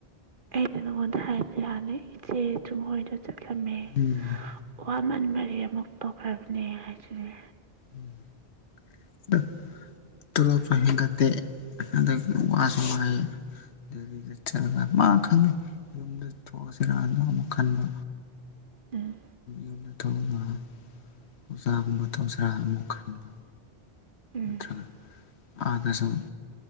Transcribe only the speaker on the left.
ꯎꯝ
ꯎꯝ ꯑꯗꯣ ꯇꯣꯂꯣꯞꯁꯨ ꯍꯦꯟꯒꯠꯇꯦ ꯑꯗꯒꯤ ꯋꯥꯁꯨ ꯋꯥꯏꯑꯦ ꯑꯗꯨꯗꯒꯤꯗ ꯆꯠꯂꯒ ꯃꯥ ꯈꯪꯗꯦ ꯌꯨꯝꯗ ꯊꯣꯛꯑꯁꯤꯔꯗ ꯑꯃꯨꯛ ꯈꯟꯕ
ꯌꯨꯝꯗ ꯇꯧꯔꯒ ꯑꯣꯖꯥꯒꯨꯝꯕ ꯇꯧꯖꯔꯥ ꯑꯃꯨꯛ ꯈꯟꯕ
ꯅꯠꯇ꯭ꯔꯒ ꯑꯥꯗꯁꯨ